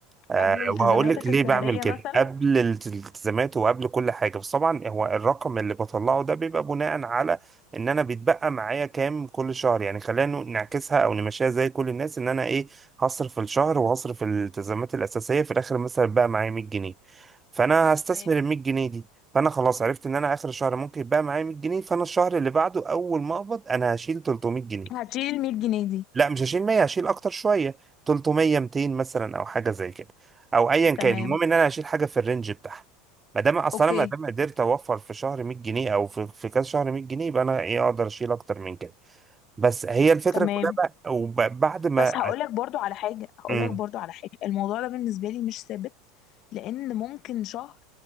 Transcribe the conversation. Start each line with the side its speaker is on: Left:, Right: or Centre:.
Right: آه،
Left: قبل التزاماتك
Right: وهقول لك ليه
Left: الشهرية
Right: بعمل كده
Left: مثلا
Right: قبل الالتزامات وقبل كل حاجه بس طبعا هو الرقم اللي بطلعه ده بيبقى بناء على ان انا بيتبقى معايا كام كل شهر يعني خلينا نعكسها او نمشيها زي كل الناس ان انا ايه هصرف الشهر وهصرف الالتزامات الاساسيه في الاخر مثلا بقى معايا 100 جنيه فانا هستثمر
Left: تمام
Right: ال 100 جنيه دي فانا خلاص عرفت ان انا اخر الشهر ممكن يبقى معايا 100 جنيه فانا الشهر اللي بعده اول ما اقبض انا هشيل 300 جنيه
Left: هتشيل ال 100 جنيه دي
Right: لا مش هشيل 100 هشيل اكتر شويه 300 200 مثلا او حاجه زي كده او ايا كان
Left: تمام
Right: المهم ان انا هشيل حاجه في الرينج بتاعها ما دام اصلا
Left: اوكي
Right: انا ما دام قدرت اوفر في شهر 100 جنيه او في في كذا شهر 100 جنيه يبقى انا ايه اقدر اشيل اكتر من كده بس هي الفكره
Left: تمام
Right: كلها بقى وبعد ما
Left: بس هقولك برضو على حاجة هقولك
Right: مم.
Left: برضو على حاجة الموضوع ده بالنسبة لي مش ثابت لأن ممكن شهر